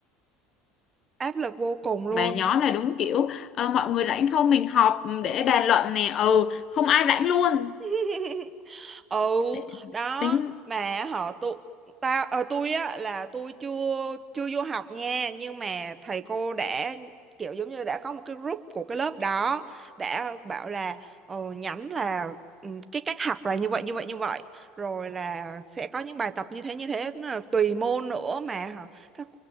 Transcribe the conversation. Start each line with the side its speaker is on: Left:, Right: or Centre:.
Right: Áp lực vô cùng luôn.
Left: bài nhóm là đúng kiểu ờ, mọi người rảnh không mình họp ừ, để bàn luận nè ừ không ai rảnh luôn
Right: <laughs> ừ
Left: Để-
Right: đó
Left: tính
Right: mà họ tụ tao ờ, tôi á là tôi chưa chưa vô học nha nhưng mà thầy cô đã kiểu giống như đã có một cái group của cái lớp đó đã bảo là ờ, nhắn là ừ, cái cách học là như vậy như vậy như vậy rồi là sẽ có những bài tập như thế như thế nó là tùy môn nữa mà hả các